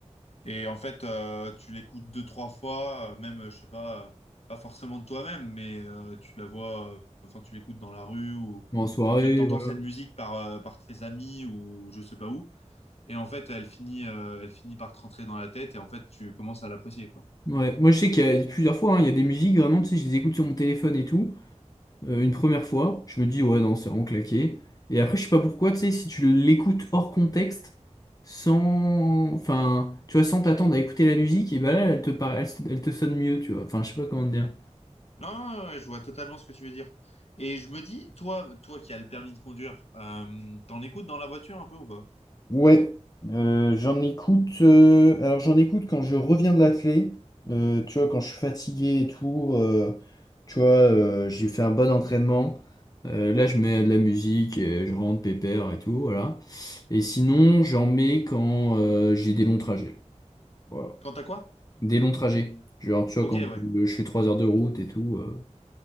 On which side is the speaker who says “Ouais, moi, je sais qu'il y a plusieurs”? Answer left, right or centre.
Left